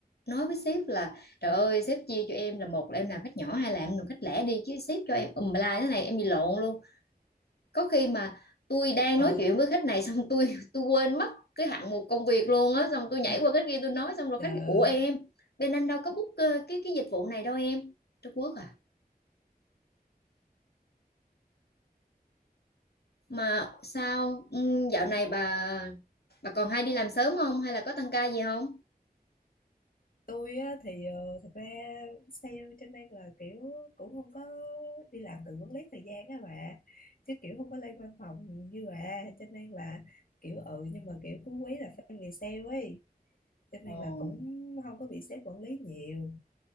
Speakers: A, on the left; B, on the left.
A: nói với sếp là trời
B: ờ
A: ơi sếp chia cho em là một là em làm khách nhỏ hai là em làm khách lẻ đi chứ sếp cho em ùm la thế này em bị lộn luôn có khi mà tôi đang
B: ờ
A: nói chuyện với khách này xong tôi <laughs> tôi quên mất cái hạng mục công việc luôn á xong tôi nhảy
B: ờ,
A: qua cái kia tôi nói xong rồi
B: ờ.
A: khách ủa em bên anh đâu có book ờ, cái cái dịch vụ này đâu em Trung Quốc à mà sao ừ, dạo này bà bà còn hay đi làm sớm không hay là có tăng ca gì không
B: tôi á, thì ờ, thật ra sale cho nên là kiểu cũng không có đi làm tự quản lý thời gian á bà chứ kiểu không có lên văn phòng như bà cho nên là kiểu ừ nhưng mà kiểu cuối quý là phải về sale ấy cho nên
A: Ồ,
B: là cũng không có bị sếp quản lý nhiều